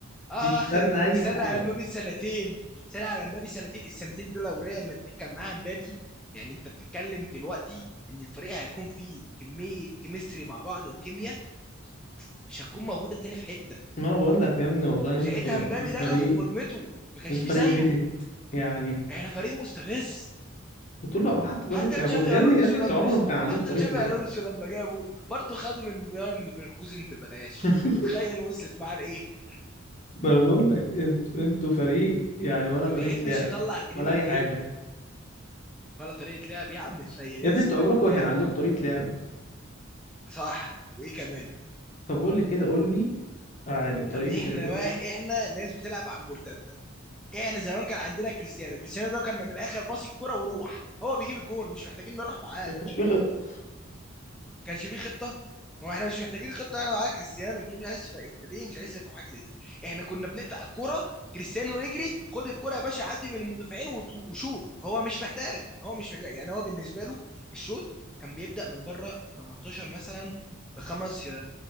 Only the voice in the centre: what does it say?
اه
<laughs>
استنى
على مبابي سنتين استنى على مبابي سنتين السنتين دول لو ريال مدريد كان معاه مبابي يعني انت بتتكلم دلوقتي ان الفريق هيكون فيه كميه كيمستري مع بعض وكيمياء مش هتكون موجوده تاني في حته
وساعتها
مبابي
ده
كان في فورمته ما كانش
فيه
زيه
يعني احنا فريق مستفز
حتى
تشافي
الونسو
لما
حتى
تشافي
الونسو لما جابه برضه خده من بايرن ليفركوزن ببلاش
انت متخيل وصلت معاه لايه
ما
بيحبش
يطلع جنيه
من جيبه
ولا طريقه لعب يا عم اتنيل
ايه
سيبنا
لكم
لعب
صح وايه كمان
يا ابني احنا
واحد احنا ناس بتلعب على المرتده احنا زمان كان عندنا كريستيانو كريستيانو ده كان من الاخر باص الكرة وروح هو بيجيب الجون مش محتاجين نروح معاه
ما كانش فيه خطه ما هو احنا مش محتاجين خطه انا معاك كريستيانو انت ليه مش عايز تف- انت ليه مش عايز تفهم حاجه زي دي احنا كنا بنقطع الكره كريستيانو يجري خد الكره يا باشا عدي من المدافعين وتو- وشوط هو مش محتاج هو مش محتاج يعني هو بالنسبه له الشوط كان بيبدا من بره ال 18 مثلا بخمس يا-